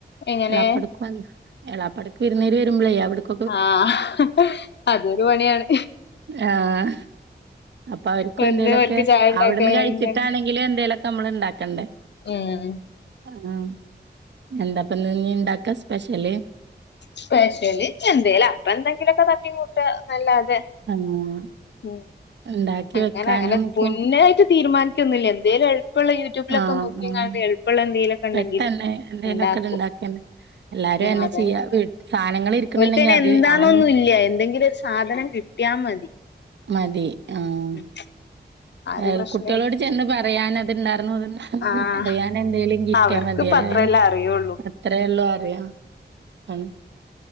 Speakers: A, on the left; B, on the right.
A: എങ്ങനെ
B: എളാപ്പടുക്ക വന്ന് എളാപ്പടക്ക് വിരുന്നേര് വരുമ്പോളേ അവിടുക്ക്
A: ആഹ് അതൊരു പണിയാണ്
B: ആഹ് അപ്പൊ അവര്ക്കും
A: വന്ന്
B: എന്തേലുക്കെ
A: ഓൽക്ക് ചായ ഉണ്ടാക്കാന്നല്ലാണ്ട്
B: അവിടുന്ന് കഴിച്ചിട്ടാണെങ്കിലും എന്തേലുക്കെ നമ്മള് ഇണ്ടാക്കണ്ടേ
A: ഉം
B: ആഹ് എന്താപ്പന്ന് ഇഞ്ഞി ഇണ്ടാക്ക സ്പെഷ്യല്
A: സ്പെഷല് എന്തേലും അപ്പ എന്തെങ്കിലുക്കെ തട്ടി കൂട്ടനല്ലാതെ
B: <unintelligible>
A: ഉം
B: ഇണ്ടാക്കി
A: അങ്ങനെ
B: വെക്കാനൊന്നുപ്പോ
A: അങ്ങനെ മുന്നായിട്ട് തീരുമാനിക്കൊന്നില്ല എന്തേലും എളുപ്പള്ള യൂട്യൂബിലൊക്കെ
B: ആഹ്
A: നോക്കി
B: ആഹ്
A: കണ്ട് എളുപ്പള്ള എന്തെങ്കിലുക്കെ ഉണ്ടെങ്കിൽ
B: പെട്ടെന്ന് എന്തേലൊക്കെട്
A: ഉണ്ടാക്കും
B: <unintelligible>
A: ഉം അതന്നെ
B: ചെയ്യാ. വീ സാനങ്ങള് ഇരിക്ക്ണ്‌ണ്ടെങ്കി
A: ഓല്ക് അയിന്
B: അത്
A: എന്താ
B: ആയി
A: ഒന്നും ഇല്ല എന്തെങ്കിലും സാധനം കി ട്ടിയ മതി
B: മതി ആ
A: ഉം ആ ഒരു പ്രശ്നല്ല
B: കുട്ട്യാളോട് ചെന്ന് പറയാൻ അതുണ്ടായിരുന്നു ഇത് ഉണ്ടാ
A: ആഹ്
B: പറയാൻ എന്തെങ്കിലും കിട്ടിയാൽ
A: അവർക്ക്
B: മതിയല്ലോ
A: ഇപ്പ അത്രല്ലേ
B: അയ്ൻ ആഹ്
A: അറിയുള്ളൂ
B: മാത്രം ഉള്ളു അറിയ ആണ്